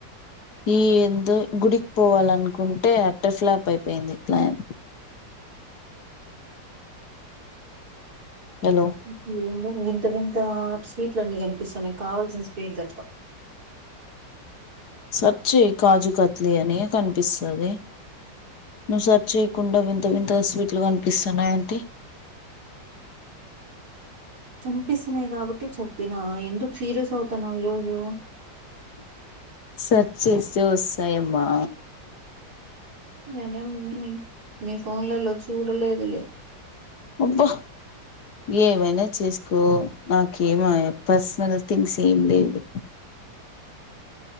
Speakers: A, on the left; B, on the right.
A: ఈ ఎందో గుడికి పోవాలనుకుంటే అట్టర్ ఫ్లాప్ అయిపోయింది ప్లాన్ హలో
B: ఏందో వింత వింత స్వీట్లు అన్నీ కనిపిస్తున్నాయి కావల్సిన స్వీట్ తప్ప
A: సెర్చ్ చేయి కాజు కత్లీ అని కన్పిస్తదీ నువ్వు సర్చ్ చేయకుండా వింత వింతగా స్వీట్లు కనిపిస్తున్నా అంటే
B: వినిపిస్తున్నాయి కాబ ట్టి చెప్పినా ఎందుకు సీరియస్ అవుతన్నావ్ ఈరోజు
A: సెర్చ్ చేస్తే వస్తాయమ్మా
B: నేనేం నీ నీ ఫోన్లలో చూడలేదులే
A: అబ్బ ఏమైనా చేసుకో నాకేమయే పర్సనల్ థింగ్స్ ఏం లేవు లే